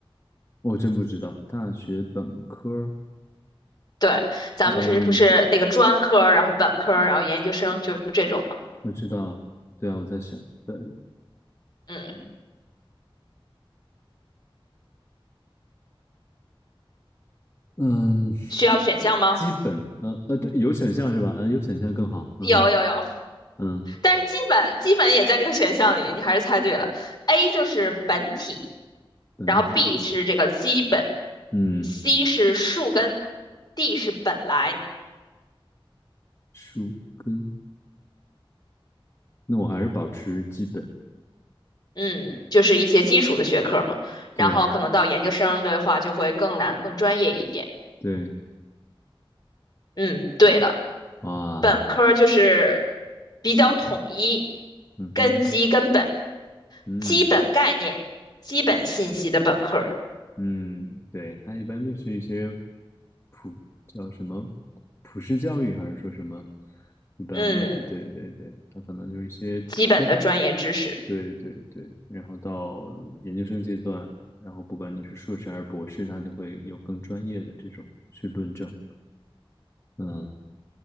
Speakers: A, on the left; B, on the left.
A: 我真不知道大学本科儿
B: 对，咱们是不是那个专科儿然后本科儿然后研究生，
A: 嗯，
B: 就这种嘛？
A: 我知道，对啊，我在想本，
B: 嗯，
A: 嗯。
B: 需要选项吗？
A: 基本，呃呃，对，有选项是吧？嗯，有选项更好。
B: 有有有。
A: 嗯哼，嗯，
B: 但是基本基本也在这个选项里，你还是猜对了。A 就是本体，
A: 本体，
B: 然后 B 是这个基本
A: 嗯，
B: ，C 是树根，D 是本来。
A: 树根，那我还是保持基本。
B: 嗯，就是一些基础的学科嘛。
A: 对
B: 然后可能到研究生的话就会更难、更专业一点。
A: 对，
B: 嗯，对了，
A: 哇，
B: 本科就是比较统一，
A: 嗯哼，
B: 根基、根本、
A: 嗯
B: 基本概念、基本信息的本科儿。
A: 嗯，对，它一般就是一些普叫什么普世教育，还是说什么？一般，
B: 嗯，
A: 对对对，它可能就是一些科。
B: 基本的专业知识。
A: 对对对，然后到研究生阶段，然后不管你是硕士还是博士，他就会有更专业的这种去论证。嗯